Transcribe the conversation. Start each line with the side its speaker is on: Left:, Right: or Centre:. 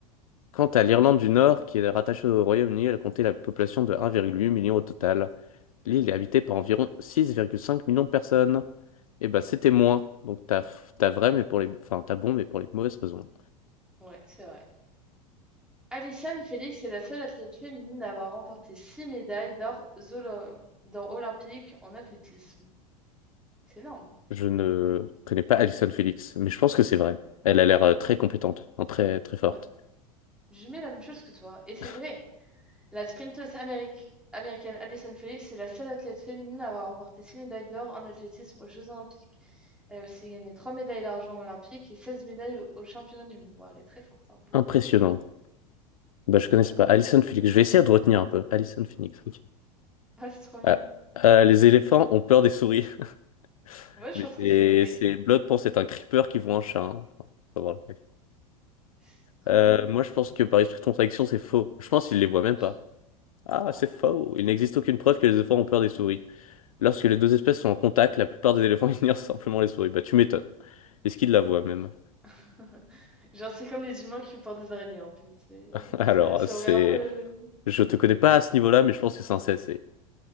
Left: Quant à l'Irlande du Nord, qui est rattachée au Royaume-Uni, elle comptait la population de 1,8 million au total. L'île est habitée par environ 6,5 millions de personnes. Et bah c'était moins. Donc t'as t'as vrai, mais pour les, enfin t'as bon, mais pour les mauvaises raisons.
Centre: Ouais, c'est vrai. Alison Félix est la seule athlète féminine à avoir remporté six médailles d'or zolo- d'or olympique en athlétisme. C'est énorme.
Left: Je ne connais pas Alison Felix, mais je pense que c'est vrai. Elle a l'air euh, très compétente, enfin, très très forte.
Centre: Ouais. Je mets la même chose que toi. Et c'est
Left: <laughs>
Centre: vrai. La sprinteuse améric- américaine Addison Felix est la seule athlète féminine à avoir remporté 6 médailles d'or en athlétisme aux Jeux Olympiques. Elle a aussi gagné 3 médailles d'argent olympiques et 16 médailles au- aux championnats du monde. Ouah, elle est très forte hein, pour
Left: Impressionnant.
Centre: le coup.
Left: Bah, je connais
Centre: Ouais. Ouais.
Left: pas.
Centre: <laughs>
Left: Alison Phoenix. Je vais essayer de retenir un peu. Alison Phoenix. ok.
Centre: Ah, c'est trop mignon.
Left: Ah, ah, les éléphants ont peur des souris. <laughs>
Centre: Ouais, je
Left: Mais
Centre: pense que
Left: c'est
Centre: c'est vrai.
Left: c'est- Blood pense être un creeper qui voit un chat. hein. Enfin, faut voir le mec.
Centre: C'est trop
Left: Euh,
Centre: mignon.
Left: moi, je pense que par esprit de contradiction, c'est faux. Je pense qu'il les voit même
Centre: Moi,
Left: pas.
Centre: je-
Left: Ah,
Centre: Ah.
Left: c'est faux. Il n'existe aucune preuve que les éléphants ont peur des souris. Lorsque les deux espèces sont en contact, la plupart des éléphants <laughs> ignorent simplement les souris. Bah, tu m'étonnes. Est-ce qu'ils la voient même?
Centre: <laughs> Genre, c'est comme les humains qui ont peur des araignées un peu. C'est...
Left: <laughs> Alors,
Centre: Ça, ça
Left: c'est.
Centre: aurait un peu...
Left: Je te connais pas à ce niveau-là, mais je pense que c'est un CSC.